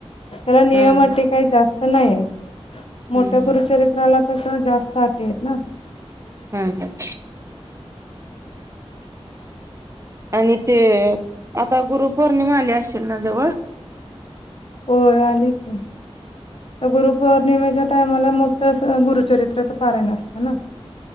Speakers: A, on the left; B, on the right.
A: त्याला नियम
B: हा हा
A: अटी काही जास्त नाहीयेत. मोठ्या
B: हम्म
A: गुरुचरित्राला कसं जास्त अटी आहेत ना.
B: हमम. आणि ते आता गुरुपौर्णिमा आली असेल ना जवळ?
A: होय आली की तर गुरुपौर्णिमेच्या टाइमाला मो तस गुरुचरित्राचं पारायण असतं ना.